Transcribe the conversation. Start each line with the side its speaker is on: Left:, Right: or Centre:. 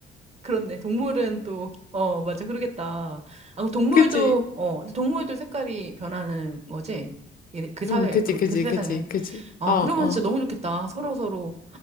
Right: 그렇네. 동물은 또, 어, 맞아. 그러겠다. 아, 그럼 동물도,
Left: 그지?
Right: 어, 근데 동물도 색깔이 변하는 거지? 예, 그 사회,
Left: 응, 그지,
Right: 그,
Left: 그지,
Right: 그 세상엔.
Left: 그지, 그지.
Right: 아,
Left: 어, 어.
Right: 그러면 진짜 너무 좋겠다. 서로 서로.